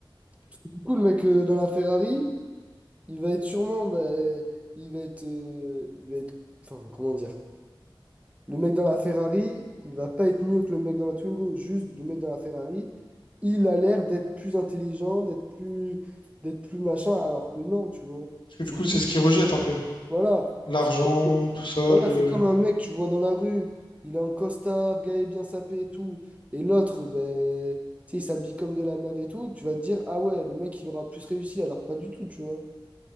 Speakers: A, on the right; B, on the left.
A: Parce que du coup, le mec euh, dans la Ferrari, il va être sûrement, ben, il va être, euh, il va être, enfin, comment dire? Le mec dans la Ferrari, il va pas être mieux que le mec dans la Twingo. Juste, le mec dans la Ferrari, il a l'air d'être plus intelligent, d'être plus, d'être plus machin, alors que non, tu vois.
B: Parce que
A: C'est
B: du coup, c'est
A: juste.
B: ce qu'ils rejettent un peu.
A: Voilà.
B: L'argent,
A: C'est comme,
B: tout ça,
A: voilà,
B: le...
A: c'est comme un mec que tu vois dans la rue. Il est en costard, gars est bien sapé et tout. Et l'autre, ben, tu sais, il s'habille comme de la merde et tout. Tu vas te dire, ah ouais, le mec, il aura plus réussi. Alors, pas du tout, tu vois.